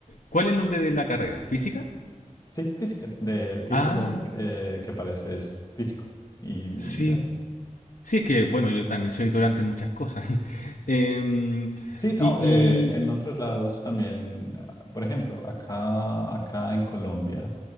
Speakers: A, on the left; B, on the left.
A: ¿Cuál es el nombre de la carrera? ¿Física?
B: sí, física, del título
A: Ah,
B: eh, que aparece es físico y,
A: sí.
B: y ya.
A: Sí, es que, bueno, yo también soy ignorante en muchas cosas. <laughs> Em,
B: Sí, no,
A: y, y-
B: eh, en otros lados también, ah, por ejemplo, acá, acá en Colombia